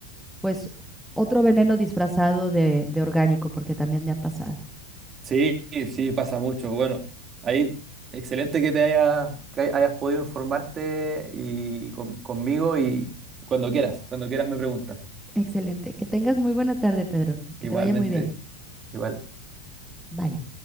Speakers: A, in the centre; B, on the right (about 25°).
A: pues, otro veneno disfrazado de, de orgánico, porque también me ha pasado.
B: Sí, sí, pasa mucho. Bueno, ahí excelente que te hayas, que hay- hayas podido informarte y con- conmigo y cuando quieras, cuando quieras me preguntas.
A: Excelente. Que tengas muy buena tarde, Pedro.
B: Igualmente,
A: Que te vaya muy bien.
B: igual.
A: Bye.